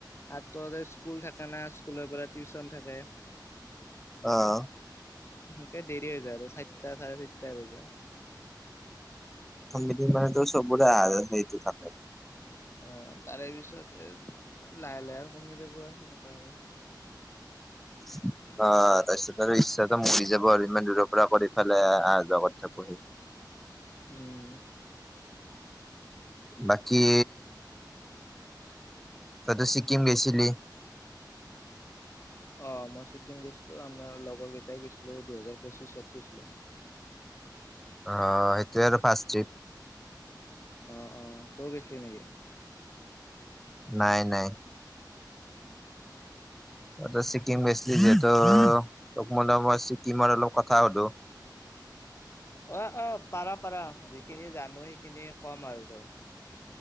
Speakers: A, on the left (about 35°); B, in the centre.
A: তাত তো সদায় স্কুল থাকে না, স্কুলৰ পৰা টিউচন থাকে।
B: অঁ।
A: সেনকে দেৰি হৈ যায় আৰু চাৰিটা চাৰে চাৰিটা বাজে।
B: শনি দিন মানেতো চবৰে আ সেইত থাকে।
A: অ তাৰে পিছত এ লাহে লাহে আৰু কমি যাব আৰু সেনেকোৱা হলে
B: <unintelligible> অ তাৰপিছত আৰু ইচ্ছাটো মৰি যাব আৰু ইমান দূৰৰ পৰা কৰিফালে অহা যোৱা কৰি থাকো সেই
A: উম।
B: বাকী তইতো ছিকিম গেছিলি?
A: অ মই ছিকিম গৈছিলো আমাৰ লগৰ কেইটাই গৈছিলো দুহেজাৰ পঁচিছত গৈছিলো।
B: অ সেইটোয়ে আৰু ফাৰ্ষ্ট ট্ৰিপ
A: অ অ তই গৈছিলি নেকি?
B: নাই নাই।
A: <unintelligible>
B: তইতো ছিকিম
A: অ
B: গৈছিলি যিহেতু তোক মই ছিকিমৰ অলপ কথা সুধো
A: অ অ পাৰা পাৰা যিখিনি জানো সেইখিনিয়ে কম আৰু তোক